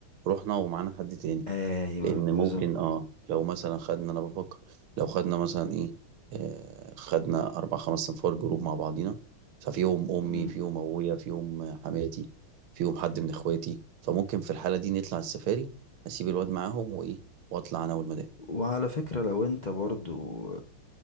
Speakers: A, on the right; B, on the left.
A: رحنا ومعانا حد تاني
B: ايوه
A: لان
B: بالظبط
A: ممكن اه لو مثلا خدنا انا بفكر لو خدنا مثلا ايه آه خدنا اربع خمس صنفار جروب مع بعضينا ففيهم امي
B: مم.
A: فيهم ابويا فيهم آه، حماتي فيهم حد من اخواتي فممكن في الحاله دي نطلع السفاري اسيب الواد معاهم وايه واطلع انا والمدام
B: وعلى فكرة لو انت برضو